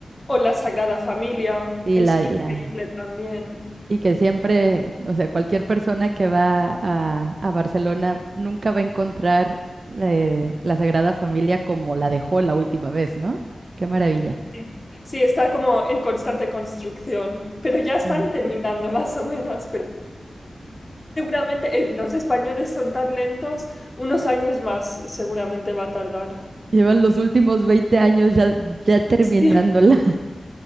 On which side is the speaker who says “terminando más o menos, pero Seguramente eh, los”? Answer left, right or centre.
Left